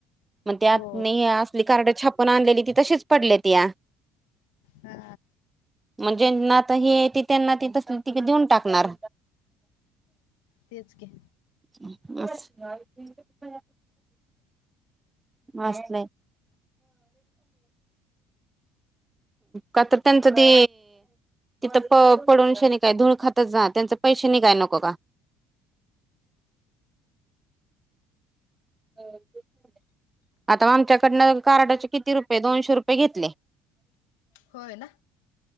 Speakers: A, on the right (about 15°); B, on the left (about 90°).
A: मग त्यात
B: हो
A: अस आपली कार्ड छापून आणलेली ती तशीच पडली ती या
B: हा
A: म्हणजेना आता हे ते त्यांना त तस त देऊन टाकणार
B: तेच घ
A: <unintelligible> असलंय कता त्यांचं ते तिथं प पडून शेनी काय धूळ खातच जा त्यांच पैशनी काय नको का हो ते आता आमच्याकडून कार्डाचे किती रुपये दोनशे रुपये घेतले
B: होय ना